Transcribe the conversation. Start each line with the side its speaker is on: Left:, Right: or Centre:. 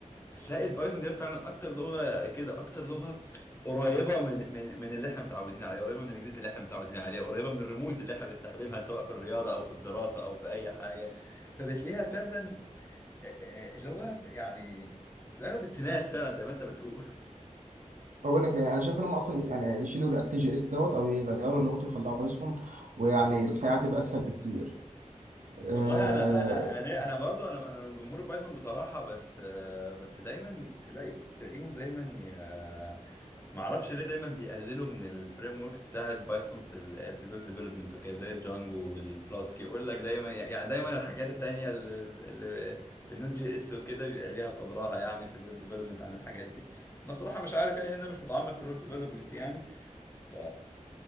Left: هتلاقي البايثون دي فعلا اكتر لغة كده اكتر لغة قريبة من من من اللي احنا متعودين عليه قريبة من الانجليزي اللي احنا متعودين عليه قريبة من الرموز اللي احنا بنستخدمها سواء في الرياضة او في الدراسة او في اي حاجة فبتلاقيها فعلا آه، لغة يعني لغة بالتناس فعلا زي ما انت بتقول
Right: بقول لك يعني انا شايف ان هم اصلا يعني يشيلوا رياكت جي اس دوت او يغيروا لغته ويخلوها بايثون ويعني الحياه هتبقى اسهل بكتير
Left: <laughs>
Right: آه
Left: والله انا انا انا انا برضو انا انا من جمهور البايثون بصراحة بس آه، بس دايما تلاقي تلاقيهم دايما ي- ما اعرفش ليه دايما بيقللوا من الفريم وركس بتاعه بايثون في ال في الويب ديفلوبمنت وكده زي الجانجو والفلاسك يقول لك دايما يعني دايما الحاجات التانية اللي اللي بالنوت جي اس وكده بيبقى ليها قدرها يعني في الويب ديفلوبمنت عن الحاجات دي انا بصراحة مش عارف يعني إن انا مش متعمق في الويب ديفلوبمنت يعني ف